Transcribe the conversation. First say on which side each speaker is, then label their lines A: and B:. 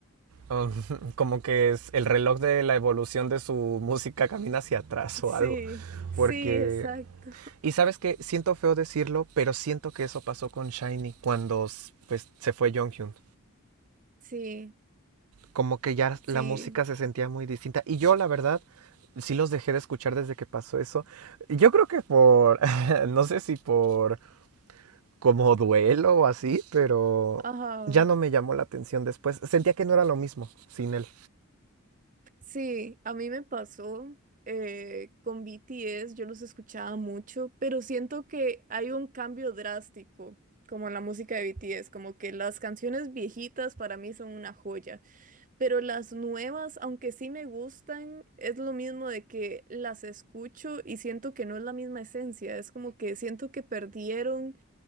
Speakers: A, on the right; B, on the right.
A: um, <laughs> como que es el reloj de la evolución de su música camina hacia atrás
B: Sí,
A: o algo,
B: sí,
A: porque...
B: exacto.
A: Y sabes que siento feo decirlo, pero siento que eso pasó con Shiny cuando s- pues, se fue Jonghyun.
B: Sí,
A: Como que ya
B: sí.
A: la música se sentía muy distinta. Y yo, la verdad, sí los dejé de escuchar desde que pasó eso. Yo creo que por, <laughs> no sé si por como duelo o así, pero
B: Ajá.
A: ya no me llamó la atención después. Sentía que no era lo mismo sin él.
B: Sí, a mí me pasó eh, con BTS, yo los escuchaba mucho, pero siento que hay un cambio drástico, como en la música de BTS, como que las canciones viejitas para mí son una joya, pero las nuevas, aunque sí me gustan, es lo mismo de que las escucho y siento que no es la misma esencia, es como que siento que perdieron